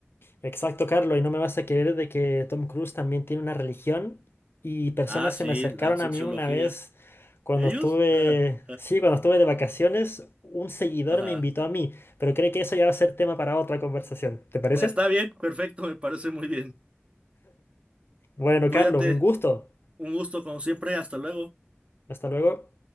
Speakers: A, on the left (about 60°); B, on the right (about 30°).
A: Exacto, Carlos, y no me vas a querer de que Tom Cruise también tiene una religión y personas
B: Ah, sí,
A: se me acercaron
B: la cienciología.
A: a mí una vez cuando
B: ¿Ellos?
A: estuve,
B: <laughs>
A: sí, cuando estuve de vacaciones, un seguidor
B: Ajá.
A: me invitó a mí, pero creo que eso ya va a ser tema para otra conversación, ¿te parece?
B: Está bien, perfecto, me parece muy bien.
A: Bueno,
B: Cuídate.
A: Carlos, un gusto.
B: Un gusto, como siempre, hasta luego.
A: Hasta luego.